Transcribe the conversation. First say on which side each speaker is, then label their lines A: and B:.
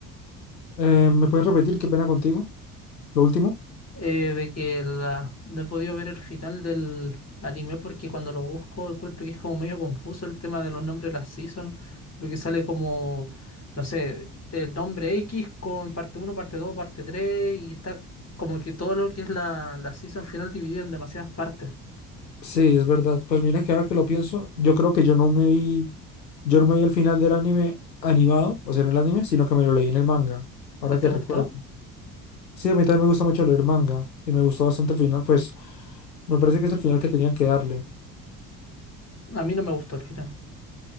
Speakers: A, on the left; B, on the left.
A: Eh, ¿me puedes repetir qué pena contigo? Lo último.
B: eh, de que la, no he podido ver el final del anime porque cuando lo busco encuentro que es como medio confuso el tema de los nombres de las seasons, porque sale como, no sé, el nombre X con parte uno parte 2 parte 3 y está como que todo lo que es la, la season final dividida en demasiadas partes.
A: Sí, es verdad. Pues mira que ahora que lo pienso, yo creo que yo no me vi, yo no me vi el final del anime animado, o sea, no el anime, sino que me lo leí en el manga, ahora
B: ¿Y te
A: que
B: gustó?
A: recuerdo. Sí, a mí también me gusta mucho leer manga y me gustó bastante el final, pues me parece que es el final que tenían que darle.
B: A mí no me gustó el final.